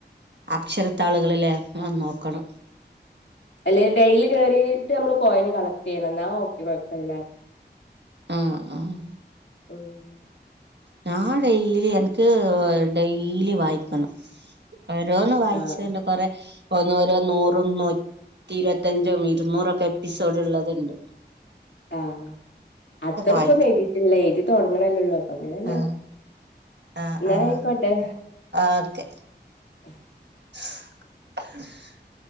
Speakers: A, on the right; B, on the left.
A: അക്ഷരത്താളുകള് ലെ ഒന്ന് നോക്കണം
B: അല്ലേ ഡെയ്ലി കേറിട്ട് നമ്മള് കോയിന് കളക്ട് ചെയ്യണം എന്നാ ഓക്കെ കൊഴപ്പല്ല
A: ആഹ് ആഹ്
B: ഉം
A: ഞാൻ ഡെയ്ലി എൻക്ക് ഡെയ്‌ലി വായിക്കണം ഓരോന്ന് വായിച്ചണ്ട്
B: ആഹ്
A: കൊറെ ഒന്നോരോ നൂറും നൂറ്റി ഇരത്തഞ്ചും ഇരുന്നൂറൊക്കെ എപ്പിസോഡ് ഇള്ളത്ണ്ട്
B: ആഹ് അത്രക്കൊന്നും
A: വായിക്കും
B: എഴുതിട്ടില്ല എഴുതി തുടങ്ങ്ണല്ലേ ഒള്ളൂ അങ്ങനെന്നെ
A: ആഹ് ആഹ്
B: എന്നാ
A: ആഹ്
B: ആയ്ക്കോട്ടെ
A: ഓക്കെ
B: ഉഹ <inaudible>
A: ഉ <inaudible>